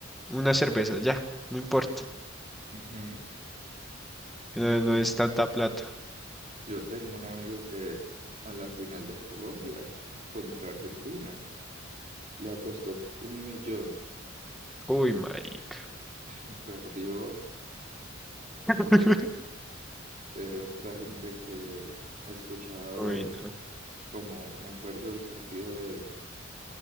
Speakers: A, in the centre; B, on the right.
A: una cerveza, ya, no importa.
B: ujú.
A: No,
B: No,
A: no
B: sí,
A: es tanta plata.
B: yo tengo un amigo que a la final de Colombia contra Argentina le apostó un millón
A: Uy, marica.
B: y perdió
A: <laughs>
B: o- eh, otra gente que he escuchado,
A: Uy, no.
B: como me acuerdo del partido de